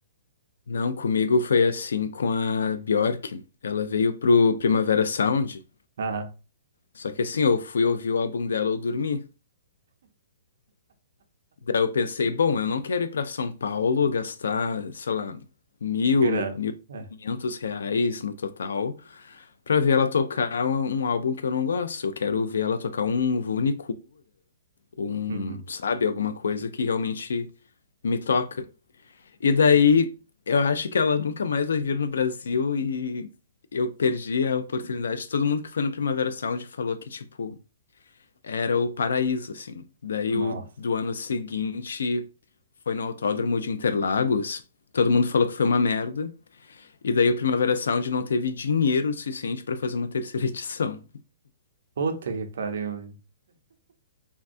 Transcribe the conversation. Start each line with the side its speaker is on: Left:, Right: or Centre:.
Left: Não, comigo foi assim com a Bjork. Ela veio pro Primavera Sound.
Right: Aham,
Left: Só que assim, eu fui ouvir o álbum dela Eu dormi. Daí eu pensei, bom, eu não quero ir pra São Paulo gastar, sei lá, mil,
Right: grana.
Left: mil
Right: É.
Left: e quinhentos reais no total pra ver ela tocar um, um álbum que eu não gosto. Eu quero ver ela tocar um Vune um,
Right: Uhum.
Left: sabe, alguma coisa que realmente me toca. E daí eu acho que ela nunca mais vai vir no Brasil e eu perdi a oportunidade. Todo mundo que foi no Primavera Sound falou que, tipo, era o paraíso, assim. Daí
Right: Nossa.
Left: o do ano seguinte foi no Autódromo de Interlagos. Todo mundo falou que foi uma merda. E daí o Primavera Sound não teve dinheiro suficiente para fazer uma terceira <laughs> edição.
Right: Puta que pariu. velho.